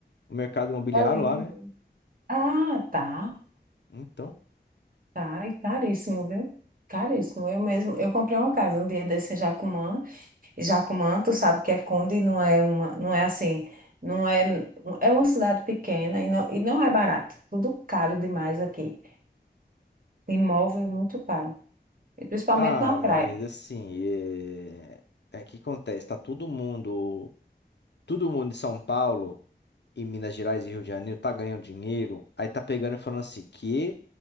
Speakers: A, on the left (about 75°); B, on the right (about 50°).
A: o mercado imobiliário
B: Valendo.
A: lá, né?
B: Ah, tá.
A: Então,
B: Tá, e caríssimo, viu? Caríssimo. Eu mesmo, eu comprei uma casa um dia desse em Jacumã, e Jacumã, tu sabe que é Conde, não é uma, não é assim, não é, é uma cidade pequena e não, e não é barato. Tudo caro demais aqui. Imóvel é muito caro, e principalmente
A: ah,
B: na
A: mas
B: praia.
A: assim, é, é que acontece, tá todo mundo, todo mundo em São Paulo e Minas Gerais e Rio de Janeiro tá ganhando dinheiro, aí tá pegando e falando assim, que